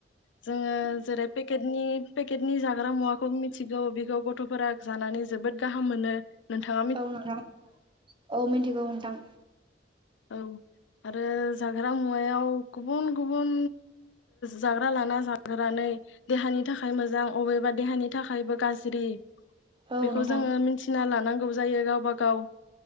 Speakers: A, on the left; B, on the right.
A: जोङो जेरै पेकेटनि पेकटनि नि जाग्रा मुवाखौ मि मिथिगौ बेखौ गथ फोरा जानानै जोबोद गाहाम मोनो नोंथां।
B: औ नोंथां औ मिन्थिगौ नोंथां।
A: औ आरो जाग्रा मुवायाव गुबुन गुबुन जाग्रा लाना जाहोनानै देहानि थाखाय मोजां अबेबा देहानि थाखायबो गाज्रि
B: औ
A: बेखौ
B: नोंथां
A: जोङो मिथिना लानांगो जायो गावबा गाव।